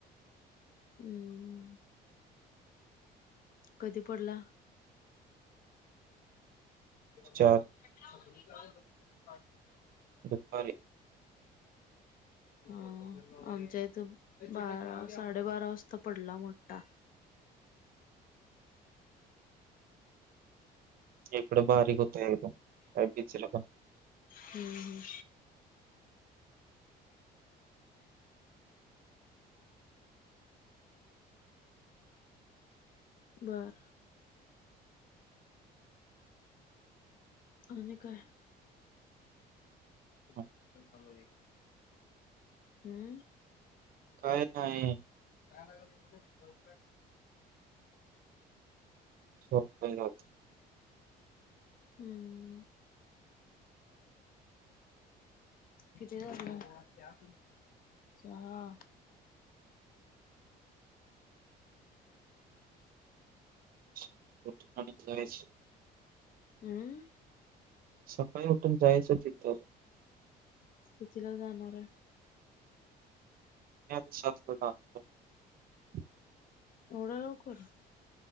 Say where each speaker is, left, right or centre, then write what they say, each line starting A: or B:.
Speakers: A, on the left (about 55°); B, on the right (about 60°).
A: हम्म कधी पडला. हे भगवान
B: चार
A: <unintelligible>
B: दपारी
A: हा आमच्या इथं बारा साडेबारा वाजता पडला. मोठा
B: इकडे भारी होतंय एकदम काय बीचला पण
A: हम्म हम्म बरं आणि काय <unintelligible>
B: नाही.
A: हम्म
B: काय नाही
A: <unintelligible>
B: हो धन्यवाद
A: हम्म किती वाजलं? चहा.
B: <unintelligible>
A: अम्म
B: सकाळी उठून जायचं चितं.
A: कितीला जाणाराय?
B: <unintelligible>
A: एवड्या लवकर?